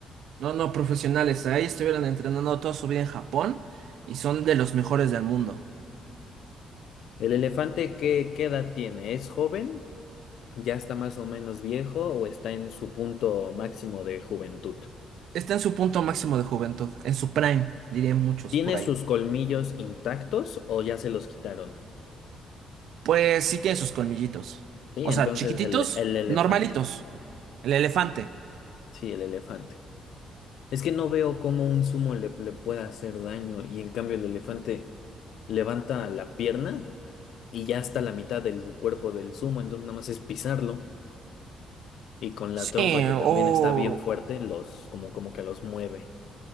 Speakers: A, on the right; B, on the left.
A: No, no, profesionales. Ahí estuvieron entrenando toda su vida en Japón y son de los mejores del mundo.
B: ¿El elefante qué, qué edad tiene? ¿Es joven? ¿Ya está más o menos viejo o está en su punto máximo de juventud?
A: Está en su punto máximo de juventud, en su prime, dirían muchos
B: Tiene
A: por ahí.
B: sus colmillos intactos o ya se los quitaron.
A: Pues sí tiene sus colmillitos.
B: Sí,
A: O
B: entonces
A: sea, chiquititos,
B: el, el elefante.
A: normalitos. El elefante.
B: Sí, el elefante. Es que no veo cómo un sumo le, le pueda hacer daño y en cambio el elefante levanta la pierna y ya está la mitad del cuerpo del sumo, entonces nada más es pisarlo y con
A: Sí,
B: la trompa que también
A: o...
B: está bien fuerte los como como que los mueve.